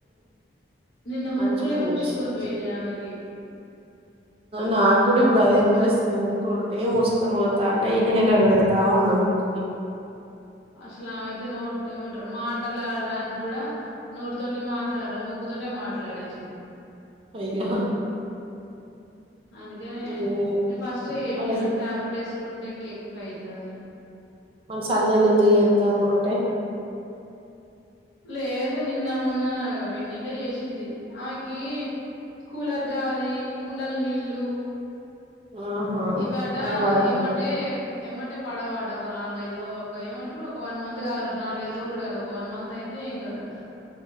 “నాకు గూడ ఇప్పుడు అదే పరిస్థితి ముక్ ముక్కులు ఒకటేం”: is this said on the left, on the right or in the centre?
Right